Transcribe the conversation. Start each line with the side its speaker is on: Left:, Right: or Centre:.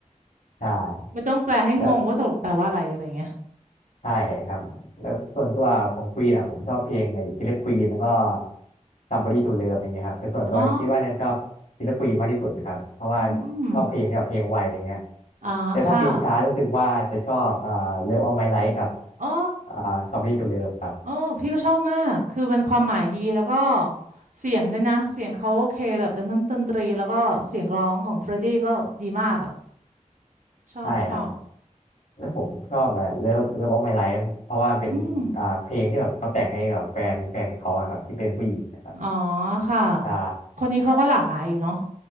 Left: ใช่
Right: ไม่ต้องแปลให้งงว่าตกลงแปลว่าอะไรอะไรเงี้ย
Left: แล้ว ใช่ครับแล้วส่วนตัวของควีนอ่ะผมชอบเพลงไอ้คิลเลอร์ควีนแล้วก็ Somebody to Love อย่างเงี้ยครับแต่ส่วนตัวคิดว่าน่าจะชอบคิลเลอร์ควีนมากที่สุดครับเพราะว่าชอบเพลงที่แบบเพลงไวอะไรเงี้ย
Right: อ๋ออืมอ่าค่ะ
Left: แต่ถ้าเพลงช้ารู้สึกว่าจะชอบอ่า Love All My Life กับ
Right: อ๋อ
Left: อ่า Somebody to Love ครับ
Right: อ๋อพี่ก็ชอบมาก คือมันความหมายดีแล้วก็เสียงด้วยนะ เสียงเขาโอเคแบบดนตรีดนตรีแล้วก็เสียงร้องของเฟรดดี้ก็ดีมากอ่ะชอบชอบ
Left: ใช่ครับแล้วผมชอบแบบเลิฟเลิฟออฟไมไลฟ์เพราะว่าเป็นอ่าเพลงที่แบบเขาแต่งให้แบบแฟนแฟนเขาอะครับที่เป็นผู้หญิงนะครับ
Right: อืมอ๋อค่ะ
Left: ใช่
Right: คนนี้เขาก็หลากหลายอยู่เนาะ